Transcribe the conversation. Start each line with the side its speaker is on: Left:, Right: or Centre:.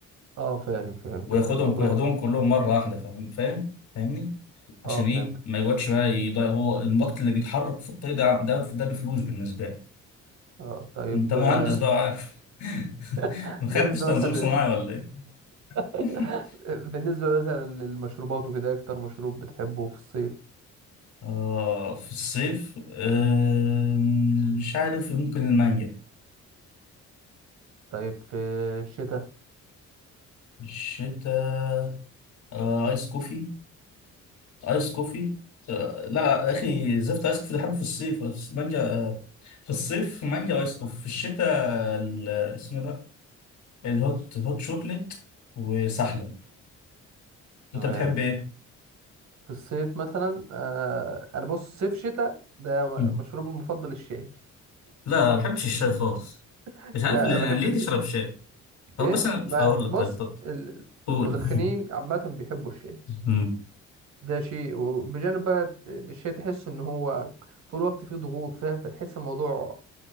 Right: اه فاهم فهمتك
Left: وياخدهم
Right: الموضوع
Left: ياخدهم كلهم مره واحده فاهم فاهم فاهمني عشان
Right: اه
Left: ايه
Right: فهمتك
Left: ما يقعدش بقى يضيع هو النط اللي بيتحرك في الطريق ده ده ده بفلوس بالنسبه لي
Right: اه طيب
Left: انت مهندس
Right: آه،
Left: بقى وعارف <laughs>
Right: <laughs>
Left: ما
Right: بالنسبة
Left: خدتش تنظيم
Right: مثلا لل...
Left: صناعي ولا ايه
Right: <laughs>
Left: <laughs>
Right: بالنسبة مثلا للمشروبات وكده إيه أكتر مشروب بتحبه في الصيف
Left: اه في الصيف آه مش عارف ممكن المانجا
Right: طيب في الشتاء
Left: الشتاء آه ايس كوفي ايس كوفي آه لا لا يا اخي زفت ايس كوفي ده بحبه في الصيف بس مانجا في الصيف مانجا وايس كوفي في الشتاء ال- اسمه ده الهوت هوت شوكليت وسحلب
Right: تمام
Left: انت بتحب ايه؟
Right: في الصيف مثلا آه أنا بص صيف شتاء ده
Left: مم.
Right: مشروبي المفضل الشاي
Left: لا لا ما بحبش الشاي خالص
Right: <laughs>
Left: مش عارف
Right: لا
Left: ليه
Right: بحب
Left: يعني ليه
Right: الشاي
Left: تشرب شاي طب
Right: إيه
Left: بس انا
Right: ب-
Left: اقول لك
Right: بص
Left: طيب طب
Right: ال-
Left: قول
Right: المدخنين عامة بيحبوا الشاي
Left: <laughs> مم.
Right: ده شيء وبجانب بقى الشيء تحس ان هو طول الوقت فيه ضغوط فاهم فتحس الموضوع